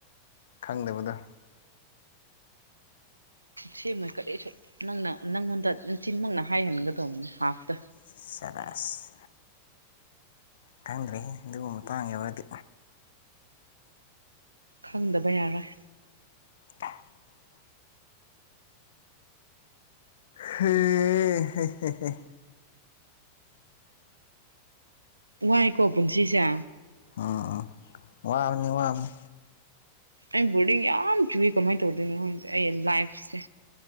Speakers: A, on the left; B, on the right.
A: ꯈꯪꯗꯕꯗꯨ
B: ꯁꯤ ꯃꯛ ꯀꯔꯤꯁꯨ ꯅꯪꯅ ꯅꯪꯉꯣꯟꯗ ꯅꯆꯤꯟꯃꯛꯅ ꯍꯥꯏꯍꯟꯒꯗꯧꯕꯅꯤ ꯍꯥꯞꯇ
A: ꯁꯥꯕꯥꯁ ꯈꯪꯗ꯭ꯔꯦꯍꯦ ꯑꯗꯨꯒꯨꯝ ꯄꯥꯡꯉꯦ ꯑꯣꯏꯔꯗꯤ
B: ꯈꯪꯗꯕ ꯌꯥꯔꯣꯏ
A: <inaudible> <unintelligible>
B: ꯋꯥꯥꯏ ꯈꯣ ꯄꯨꯟꯁꯤꯁꯦ
A: ꯑꯥ ꯑꯥ ꯋꯥꯕꯅꯤ ꯋꯥꯕꯅꯤ
B: ꯑꯩ ꯕꯣꯔꯗꯤꯡ ꯌꯥꯝ ꯆꯨꯏ ꯀꯃꯥꯏꯅ ꯇꯧꯗꯣꯏꯅꯣ ꯈꯪꯗꯦ ꯑꯩ ꯂꯥꯏꯐꯁꯦ